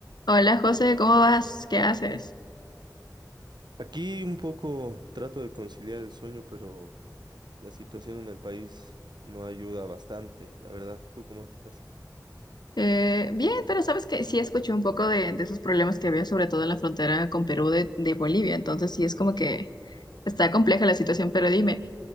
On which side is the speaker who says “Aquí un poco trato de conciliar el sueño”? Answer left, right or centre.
Right